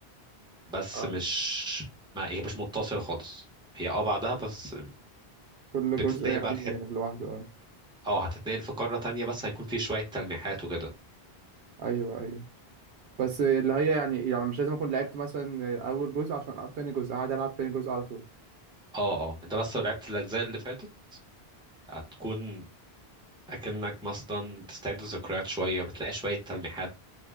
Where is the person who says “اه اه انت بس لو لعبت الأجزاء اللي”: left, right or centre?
Centre